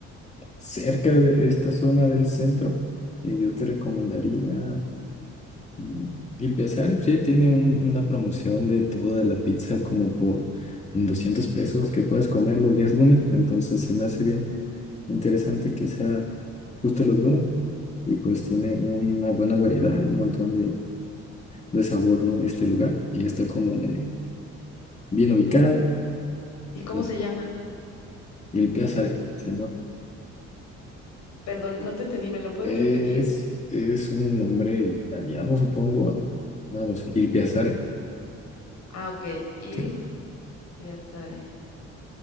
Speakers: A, on the left (about 25°); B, on the left (about 70°).
A: cerca de esta zona del centro, eh, yo te recomendaría mm, Il Piazzale. Sí, tiene un- una promoción de toda la pizza como por 200 pesos que puedes comer los días lunes. Entonces se me hace bien interesante que sea justo los lunes. Y pues tiene una buena variedad, un montón de de sabor, ¿no? Este lugar. Y está como medio bien ubicado.
B: ¿Y cómo
A: Bien.
B: se llama?
A: Y el Piazza se llama.
B: Perdón, no te entendí, ¿me lo puedes
A: Es,
B: repetir?
A: es un nombre italiano, supongo. No lo sé. Il Piazzale.
B: Ah, ok, Il
A: sí.
B: Piazzare.